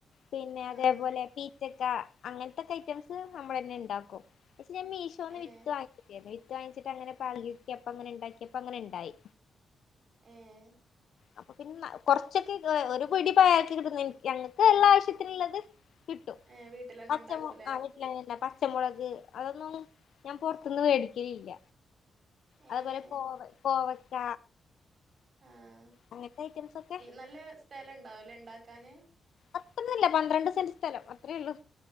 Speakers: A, on the left; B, on the right.
A: പിന്നെ
B: ആഹ്
A: അതേപോലെ
B: ആഹ്
A: പീച്ചക്ക, അങ്ങനത്തക്കെ ഐറ്റംസ് നമ്മളെന്നെ ഉണ്ടാക്കും. <unintelligible> ഞാൻ മീശോന്ന്
B: ഏഹ്
A: വിത്ത് വാങ്ങിച്ചീട്ടയിരുന്നു, വിത്ത് വാങ്ങിച്ചി ട്ട് അങ്ങനെ പാകിട്ടപ്പം അങ്ങനെണ്ടാക്കിയപ്പം അങ്ങനെ ണ്ടായി.
B: ഏഹ്.
A: അപ്പൊ പിന്നെ കൊറച്ചൊക്കെ, ഒരു പിടി പ <unintelligible> ഞൾക്ക് ള്ള ആവശ്യത്തിനുള്ളത്. കിട്ടും.
B: ഏഹ് വീട്ടിലന്നെ
A: പച്ചമു
B: ഇണ്ടാക്കൂലേ
A: ആ. <unintelligible> പച്ചമുളക് അതൊന്നും, ഞാൻ പൊർത്ത്ന്ന് മേടിക്കലില്ല.
B: ഏഹ്
A: അതുപോലെ കോവ കോവക്ക.
B: ആഹ്
A: അങ്ങനത്തെ ഐറ്റംസ് ഒക്കെ
B: നല്ല സ്ഥലം ഇണ്ടാവും അല്ലേ ഇണ്ടാക്കാന്
A: അത്രന്നല്ല പന്ത്രണ്ട് സെന്റ് സ്ഥലം അത്രേ ഉള്ളു